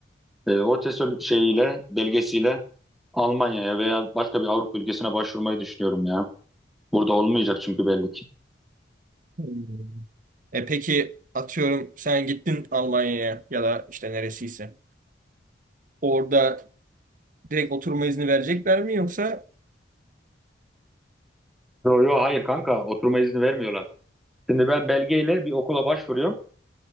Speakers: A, in the centre; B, on the right.
A: e, o TESOL şeyiyle belgesiyle Almanya'ya veya başka bir Avrupa ülkesine başvurmayı düşünüyorum ya. Burada olmayacak çünkü belli ki.
B: Hı. E peki atıyorum sen gittin Almanya'ya ya da işte neresiyse. Orada direkt oturma izni verecekler mi yoksa?
A: Yo yo hayır kanka oturma izni vermiyorlar. Şimdi ben belgeyle bir okula başvuruyorum.